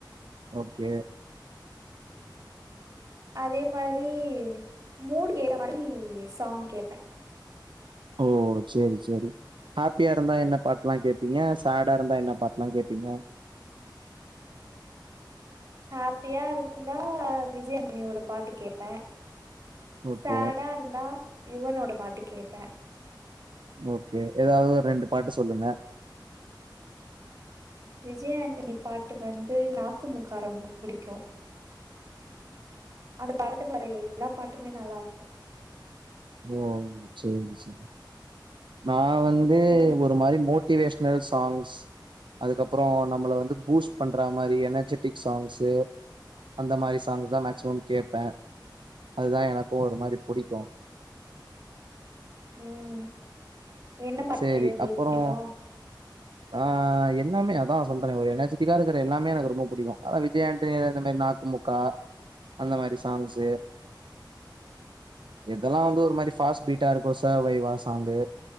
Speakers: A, on the right; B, on the right.
A: ஓகே
B: அதே மாரி மூடு ஏத்த மாரி சாங் கேட்பேன்
A: ஓ சேரி சேரி ஹாப்பியா இருந்தா என்ன பாட்டுல்லாம் கேப்பீங்க சாடா இருந்தா என்ன பாட்டு எல்லாம் கேப்பீங்க
B: ஹாப்பியா இருந்தா விஜய் ஆண்டனி ஓட பாட்டு கேட்பேன்
A: ஓகே
B: சாடா இருந்தா யுவனோட பாட்டு கேட்பேன்
A: ஓகே ஏதாவது ஒரு ரெண்டு பாட்டு சொல்லுங்க
B: விஜய் ஆண்டனி பாட்டு வந்து நாக்குமுக்கா ரொம்ப புடிக்கு அந்த படத்துல வர எல்லா பாட்டுமே நல்லா இருக்கு
A: ஓ சேரி சேரி ந ந வந்து
B: உங்
A: ஒரு மாரி மெ மோட்டிவேஷனல் சாங்ஸ் அதுக்கப்புறம் நம்மளை வந்து பூஸ்ட் பண்ற மாரி எனர்ஜெட்டிக் சாங்ஸு அந்த மாரி சாங்ஸ் தான் மேக்சிமம் கேட்பேன் அதுதான் எனக்கும் ஒரு மாரி புடிக்கு
B: உம் என்ன மட்டு
A: சேரி
B: உங்களுக்கு
A: அப்புறோ
B: புடிக்கு
A: ஆ எல்லாமே அதான் சொல்றேன் ஒரு எனர்ஜிட்டிக்கா இருக்கிற எல்லாமே எனக்கு ரொம்ப புடிக்கு அதான் விஜய் ஆண்டனி இந்த மாரி நாக்குமுக்கா அந்த மாரி சாங்ஸு எதெல்லாம் வந்து ஒரு மாரி பாஸ்ட் பீட்டா இருக்கும் ச வைவா சாங்கு